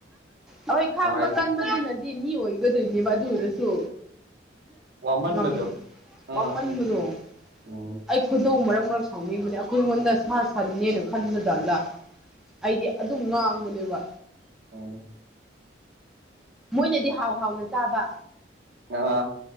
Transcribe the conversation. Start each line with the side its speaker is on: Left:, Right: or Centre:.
Centre: ꯍꯣꯏ ꯈꯥꯡꯕ
Right: ꯅꯨꯡꯉꯥꯏ
Centre: ꯀꯟꯕꯗꯨꯅꯗꯤ ꯃꯤ ꯑꯣꯏ ꯒꯗꯣꯏꯅꯦꯕ ꯑꯗꯨ ꯑꯣꯏꯔꯁꯨ
Right: ꯋꯥꯃꯟꯕꯗꯣ
Centre: ꯉꯝ ꯋꯥꯃꯟꯕꯗꯣ
Right: ꯑꯥ ꯎꯝ
Centre: ꯑꯩ ꯈꯨꯏꯗꯧ ꯃꯔꯛ ꯃꯔꯛ ꯁꯥꯎꯅꯤꯡꯕꯅꯤ ꯑꯩꯈꯣꯏꯉꯣꯟꯗ ꯁꯥ ꯁꯟꯅꯦꯅ ꯈꯟꯕꯖꯠꯂꯥ ꯑꯩꯗꯤ ꯑꯗꯨꯝ ꯉꯥꯡꯕꯅꯦꯕ
Right: ꯑꯣ
Centre: ꯃꯣꯏꯅꯗꯤ ꯍꯥꯎ ꯍꯥꯎꯅ ꯆꯥꯕ
Right: ꯑꯥ